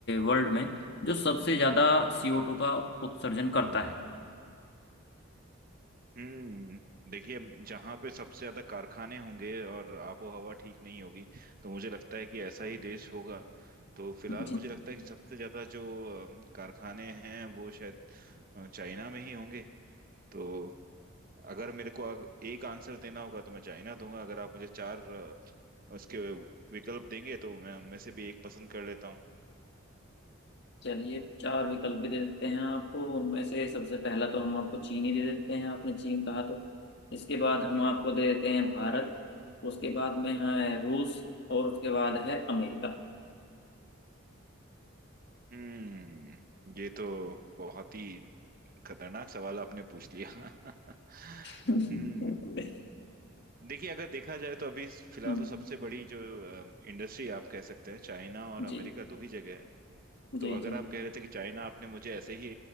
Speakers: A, on the left; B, on the right.
A: वर्ल्ड में जो सबसे ज्यादा CO2 का उत्सर्जन करता है
B: हम्म देखिए जहाँ पे सबसे ज्यादा कारखाने होंगे और आबो हवा ठीक नहीं होगी तो मुझे लगता है कि ऐसा ही देश होगा तो फिलहाल
A: जी
B: मुझे लगता है कि सबसे ज्यादा जो अम, कारखाने हैं वो शायद अ, चाइना में ही होंगे तो अगर मेरे को अग- एक आंसर देना होगा तो मैं चाइना दूंगा अगर आप मुझे चार अ, उसके विकल्प देंगे तो मैं उनमें से भी एक पसंद कर लेता हूँ
A: चलिए चार विकल्प भी दे देते हैं आपको उनमें से सबसे पहला तो हम आपको चीन ही दे देते हैं आपने चीन कहा तो इसके बाद हम आपको दे देते हैं भारत उसके बाद में है रूस और उसके बाद है अमेरिका
B: हम्म ये तो बहुत ही खतरनाक सवाल आपने पूछ लिया <laughs>
A: <laughs>
B: हम्म देखिए अगर देखा जाए तो अभी फिलहाल
A: हम्म,
B: तो सबसे बड़ी जो इंडस्ट्री आप कह सकते हैं चाइना और अमेरिका
A: जी
B: दो ही जगह है तो
A: जी
B: अगर
A: जी
B: आप कह रहे थे कि चाइना आपने मुझे ऐसे ही